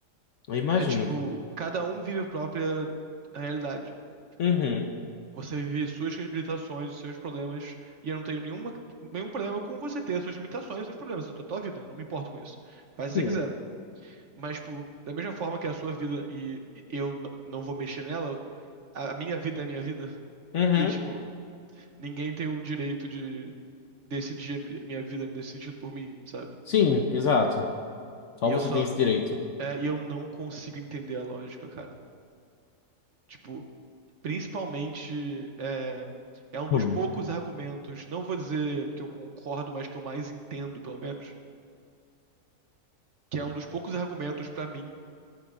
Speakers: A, on the left; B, on the right.
A: Eu imagino.
B: É tipo, cada um vive a própria realidade. Tipo,
A: Uhum.
B: Você vive suas limitações, os seus problemas, e eu não tenho nenhuma, nenhum problema com você ter as suas limitações, os seus problemas, a tua, tua vida, eu não me importo com isso. Faz se
A: Sim.
B: você quiser. Mas, tipo, da mesma forma que a sua vida e eu n- não vou mexer nela, a minha vida é a minha vida. <laughs>
A: Uhum.
B: E, tipo, ninguém tem o direito de decidir a mi- minha vida nesse sentido por mim, sabe?
A: Sim, exato. Só
B: E
A: você
B: eu só,
A: tem esse direito.
B: é, e eu não consigo entender a lógica, cara. Tipo, Principalmente, é, é um dos
A: Hum.
B: poucos argumentos, não vou dizer que eu concordo, mas que eu mais entendo, pelo menos, que é um dos poucos argumentos pra mim,